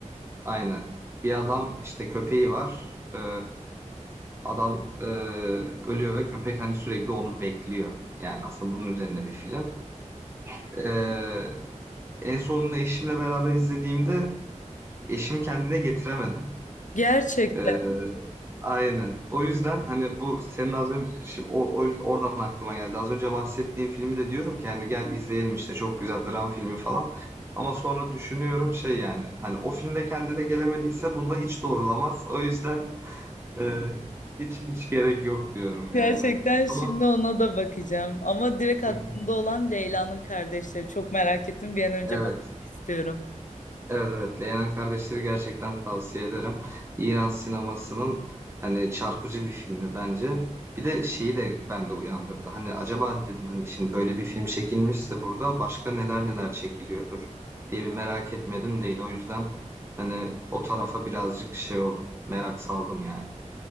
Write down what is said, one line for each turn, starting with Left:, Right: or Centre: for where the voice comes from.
Right: Aynen. Bir adam işte köpeği var. Ee, adam ee, ölüyor ve köpek hani sürekli onu bekliyor. Yani aslında bunun üzerine bir film. Ee, en sonunu eşimle beraber izlediğimde eşimi kendine getiremedim.
Left: Gerçekten.
Right: Ee, aynen. O yüzden hani bu senin az önce şimdi o, o yüzden oradan aklıma geldi. Az önce bahsettiğim filmi de diyorum ki hani gel izleyelim işte çok güzel dram filmi falan. Ama sonra düşünüyorum şey yani hani o filmde kendine gelemediyse bunda hiç doğrulamaz. O yüzden Eee, hiç hiç gerek yok diyorum
Left: Gerçekten
Right: yani.
Left: şimdi
Right: Ama
Left: ona da bakacağım. Ama direkt aklımda
Right: Hı hı.
Left: olan Leyla'nın kardeşleri. Çok merak ettim. Bir an önce
Right: evet,
Left: bakmak istiyorum.
Right: evet, evet. Leylan Kardeşleri gerçekten tavsiye ederim. İran sinemasının hani çarpıcı bir filmi bence. Bir de şeyi de bende uyandırdı. Hani acaba dedim hani şimdi böyle bir film çekilmişse burada başka neler neler çekiliyordur diye bir merak etmedim değil. O yüzden hani o tarafa birazcık şey oldum. Merak saldım yani.